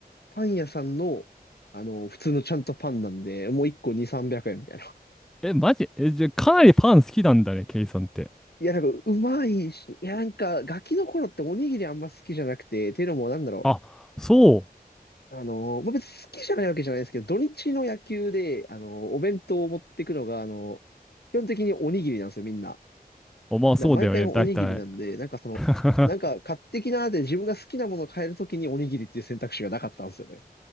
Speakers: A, on the left; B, in the centre.
A: パン屋さんの、あの、普通のちゃんとパンなんで、もう一個2、三百円みたいな。<laughs>
B: え、マジえ、じゃあ、かなりパン好きなんだね、ケイさんって。
A: いや、なんか、うまいし、いや、なんか、ガキの頃っておにぎりあんま好きじゃなくて、っていうのも、なんだろ
B: あ、そう。
A: う。あの、まあ、別に好きじゃないわけじゃないですけど、土日の野球で、あの、お弁当を持っていくのが、あの、基本的におにぎりなんですよ、みんな。
B: おまあ、
A: だから毎回おにぎりなんで、
B: そうだよね、だいたい。
A: なんかその、
B: <laughs>
A: なんか買ってきなーで自分が好きなものを買えるときにおにぎりっていう選択肢がなかったんですよね。